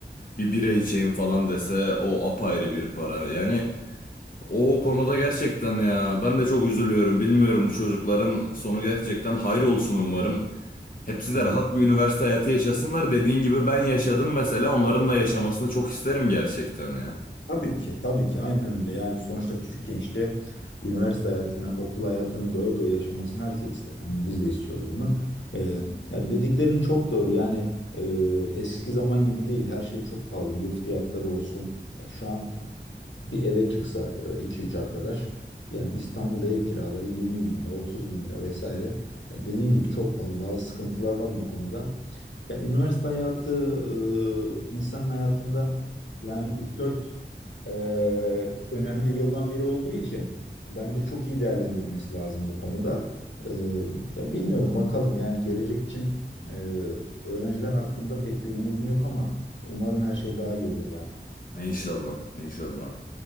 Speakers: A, on the left (about 50°); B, on the left (about 80°).
A: bir bira içeyim falan dese o apayrı bir para. Yani o konuda gerçekten ya ben de çok üzülüyorum bilmiyorum bu çocukların sonu gerçekten hayır olsun umarım. Hepsi
B: Evet.
A: de rahat bir üniversite hayatı yaşasınlar dediğin gibi ben yaşadım mesela onların da yaşamasını çok isterim gerçekten ya.
B: Tabii ki, tabii ki. Aynen öyle. Yani sonuçta Türk gençliği üniversite hayatını, okul hayatını doya doya yaşamasını herkes ister. Yani biz de istiyoruz bunu. Ee, ya dediklerin çok doğru. Yani e, eski zaman gibi değil. Her şey çok pahalı. Yurt fiyatları olsun. Ya şu an bir eve çıksa e, iki üç arkadaş yani İstanbul'da ev kiraları 20 bin lira, 30 bin lira vesaire. E, dediğin gibi çok pahalı. Bazı sıkıntılar var bu konuda. Ya üniversite hayatı e, insanın hayatında yani üç dört e, önemli yıldan biri olduğu için bence çok iyi değerlendirilmesi lazım bu konuda. E, ya bilmiyorum bakalım yani gelecek için e, öğrenciler hakkında pek bir umudum yok ama umarım her şey daha iyi olur ya.
A: İnşallah, inşallah.